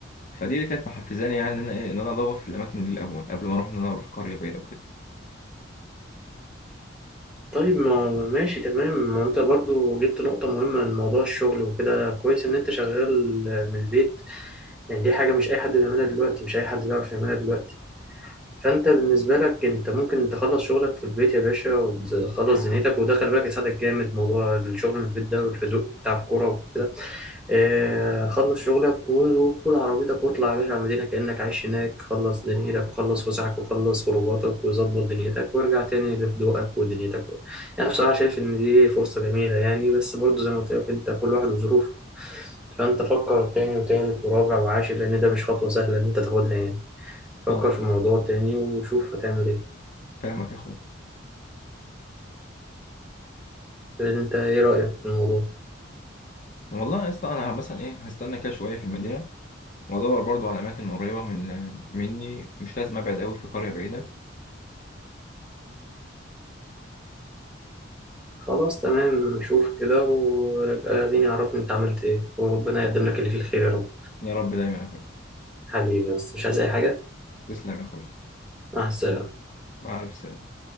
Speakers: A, on the left (about 40°); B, in the centre.
A: فدي اللي كانت محفزاني يعني ان انا ايه ان انا ادور في الاماكن دي الاول قبل ما اروح ان انا اروح قريه بعيده وكده
B: طيب ما ماشي تمام ما أنت برضو جبت نقطة مهمة من موضوع الشغل وكده كويس إن أنت شغال من البيت يعني دي حاجة مش أي حد بيعملها دلوقتي مش أي حد بيعرف يعملها دلوقتي فانت بالنسبه لك انت ممكن تخلص شغلك في البيت يا باشا وتخلص دنيتك وده خلي بالك يساعدك جامد موضوع الشغل من البيت ده والهدوء بتاع الكوره وكده آه، خلص شغلك وخد عربيتك واطلع يا باشا على المدينه كانك عايش هناك خلص دنيتك وخلص وسعك وخلص خروجاتك وظبط دنيتك وارجع تاني لهدوءك ودنيتك يعني بصراحه شايف ان دي فرصه جميله يعني بس برضو زي ما قلت لك انت كل واحد وظروفه فانت فكر تاني وتالت ورابع وعاشر لان ده مش خطوه سهله ان انت تاخدها يعني فكر
A: تمام
B: في الموضوع تاني وشوف هتعمل ايه
A: فاهمك يا اخويا
B: لان انت ايه رأيك في الموضوع
A: والله يا اسطى انا مثلا ايه هستنى كده شويه في المدينه وادور برضو على اماكن قريبه من مني مش لازم ابعد قوي في قريه بعيده
B: خلاص تمام شوف كده ويبقى لاغيني عرفني انت عملت ايه وربنا يقدم لك اللي فيه الخير يا رب
A: يا رب دايما يا اخويا
B: حبيبي بس مش عايز اي حاجة
A: تسلم يا اخويا
B: مع السلامة
A: مع الف سلامه